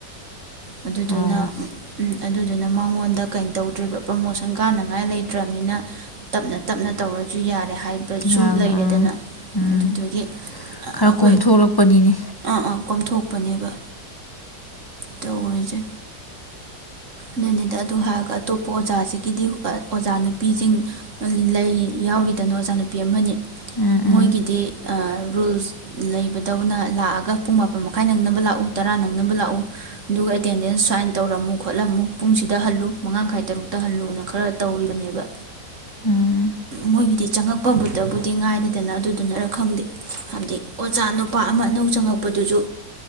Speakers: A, on the right; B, on the left.
A: ꯑꯗꯨꯗꯨꯅ
B: ꯑꯣ
A: ꯎ ꯎꯝ ꯑꯗꯨꯗꯨꯅ ꯑꯗꯨꯅ ꯃꯉꯣꯟꯗ ꯀꯩꯅꯣ ꯇꯧꯗ꯭ꯔꯤꯕ ꯄ꯭ꯔꯃꯣꯁꯟ ꯀꯥꯅꯉꯥꯏ ꯂꯩꯇ꯭ꯔꯃꯤꯅ ꯇꯞꯅ ꯇꯞꯅ ꯇꯧꯔꯖꯨ ꯌꯥꯔꯦ ꯍꯥꯏꯕꯁꯨ
B: ꯌꯥꯕ
A: ꯂꯩꯔꯦꯗꯅ
B: ꯑꯥ ꯎꯝ
A: ꯑꯗꯨꯗꯨꯒꯤ ꯑꯩꯈꯣꯏ
B: ꯈꯔ ꯀꯣꯝꯊꯣꯛꯂꯛꯄꯅꯤꯅꯦ
A: ꯑꯥ ꯑꯥ ꯀꯣꯝꯊꯣꯛ ꯄꯅꯦꯕ ꯇꯧꯔꯤꯖꯦ ꯑꯗꯨꯅꯤꯗ ꯑꯗꯨ ꯍꯥꯏꯔꯒ ꯑꯇꯣꯞꯄ ꯑꯣꯖꯥꯖꯤꯒꯤꯗꯤ ꯑ-ꯑꯣꯖꯥ ꯅꯨꯄꯤꯖꯤꯡ ꯂꯩ ꯌꯥꯎꯔꯤꯗꯅ ꯑꯣꯖꯥ ꯅꯨꯄꯤ ꯑꯃꯅꯤ
B: ꯎꯝ ꯎꯝ
A: ꯃꯣꯏꯒꯤꯗꯤ ꯑ- ꯔꯨꯜꯁ ꯂꯩꯕꯗꯧꯅ ꯂꯥꯛꯑꯒ ꯄꯨꯡ ꯃꯥꯄꯟ ꯃꯈꯥꯏ ꯅꯪꯅꯕ ꯂꯥꯛꯎ ꯇꯔꯥ ꯅꯪꯅꯕ ꯂꯥꯛꯎ ꯑꯗꯨꯒ ꯑꯦꯇꯦꯟꯗꯦꯟꯁ ꯁꯥꯏꯟ ꯇꯧꯔꯝꯃꯨ ꯈꯣꯠꯂꯝꯃꯨ ꯄꯨꯡꯁꯤꯗ ꯍꯜꯂꯨ ꯃꯉꯥꯡꯈꯥꯏ ꯇꯔꯨꯛꯇ ꯍꯜꯂꯨꯅ ꯈꯔ ꯇꯧꯔꯤꯕꯅꯦꯕ
B: ꯎꯝ-
A: ꯃꯣꯏꯒꯤꯗꯤ ꯆꯪꯉꯛꯄꯕꯨꯇꯕꯨꯗꯤ ꯉꯥꯏꯔꯤꯗꯅ ꯑꯗꯨꯗꯨꯅꯔ ꯈꯪꯗꯦ ꯍꯥꯏꯕꯗꯤ ꯑꯣꯖꯥ ꯅꯨꯄꯥ ꯑꯃ ꯑꯅꯧ ꯆꯪꯉꯛꯄꯗꯨꯖꯨ